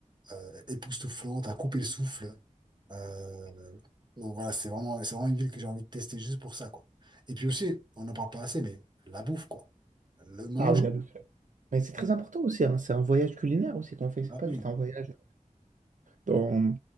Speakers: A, on the right; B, on the right.
A: euh, époustouflante, à couper le souffle. Euh, donc voilà, c'est vraiment, c'est vraiment une ville que j'ai envie de tester juste pour ça, quoi. Et puis aussi, on n'en parle pas assez, mais la bouffe, quoi. Le manger.
B: Ah oui, la bouffe. Mais c'est très important aussi, hein, C'est un voyage culinaire aussi qu'on fait. C'est
A: Ah
B: pas
A: oui,
B: juste un voyage dans,